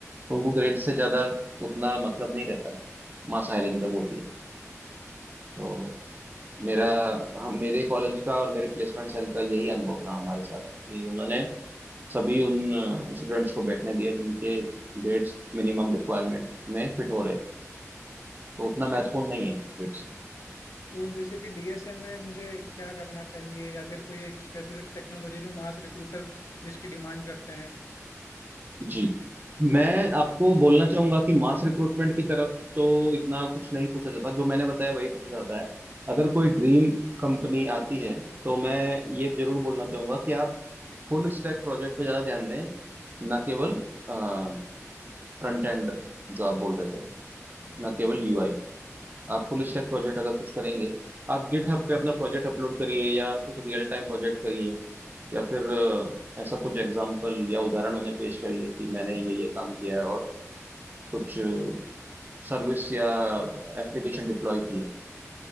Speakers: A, on the right; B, on the left.
A: उनको ग्रेड से ज्यादा उतना मतलब नहीं रहता है मास हायरिंग जब होती है तो मेरा हम मेरे कॉलेज का और मेरे प्लेसमेंट सेल का यही अनुभव था हमारे साथ कि उन्होंने सभी उन स्टूडेंट्स को बैठने दिया जिनके ग्रेड्स मिनिमम रिक्वायरमेंट में फिट हो रहे थे तो उतना
B: अच्छा
A: महत्वपूर्ण नहीं है ग्रेड्स
B: और जैसे कि डीएसए में मुझे क्या करना चाहिए या फिर कोई एक स्पेसिफिक टेक्नोलॉजी जो मास रिक्रूटर जिसकी डिमांड करते हैं
A: जी मैं आपको बोलना चाहूंगा कि मास रिक्रूटमेंट की तरफ तो इतना कुछ नहीं पूछा जाता जो मैंने बताया वही पूछा जाता है अगर कोई ड्रीम कंपनी आती है तो मैं ये जरूर बोलना चाहूंगा कि आप फुल स्टैक प्रोजेक्ट पे ज्यादा ध्यान दें ना केवल फ्रंट एंड जो आप बोल रहे थे
B: जी
A: ना केवल यूआई आप फुल स्टैक प्रोजेक्ट अगर कुछ करेंगे आप गिटहब पे अपना प्रोजेक्ट अपलोड करिए या कुछ रियल टाइम प्रोजेक्ट करिए या फिर अ, ऐसा कुछ एग्जाम्पल या उदाहरण उन्हें पेश करिए कि मैंने ये ये काम किया है और कुछ सर्विस या एप्लीकेशन डिप्लॉय की है